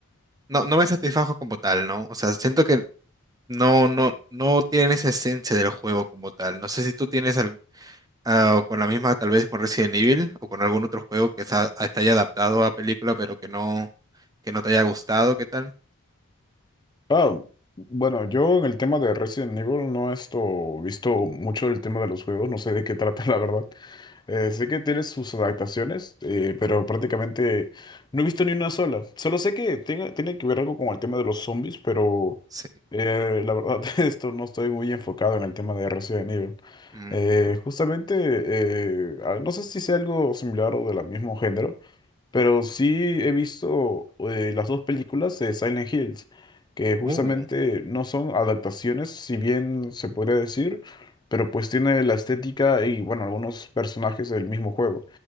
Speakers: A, on the right; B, on the left.
A: no, no me satisfajo como tal, ¿no? O sea, siento que No, no, no tienen esa esencia del juego como tal. No sé si tú tienes al- ah, o con la misma, tal vez con Resident Evil o con algún otro juego que está ah, haya adaptado a película, pero que no, que no te haya gustado, ¿qué tal?
B: Ah, bueno, yo en el tema de Resident Evil no he esto, visto mucho el tema de los juegos, no sé de qué trata <laughs> la verdad. Eh, sé que tiene sus adaptaciones, eh, pero prácticamente no he visto ni una sola. Solo sé que tiene, tiene que ver algo con el tema de los zombies, pero
A: Sí.
B: eh, la verdad <laughs> esto no estoy muy enfocado en el tema de Resident Evil.
A: Mm.
B: Eh, justamente, eh, ah, no sé si sea algo similar o de la mismo género. Pero sí he visto eh, las dos películas de Silent Hills, que justamente
A: Uh,
B: no son adaptaciones, si bien se podría decir, pero pues tiene la estética y bueno, algunos personajes del mismo juego.